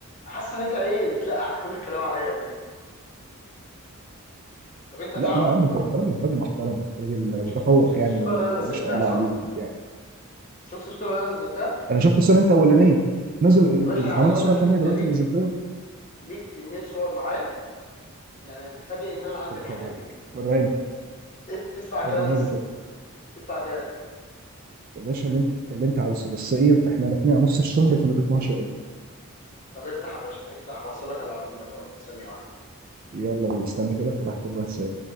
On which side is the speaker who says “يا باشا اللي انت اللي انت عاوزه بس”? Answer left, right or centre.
Right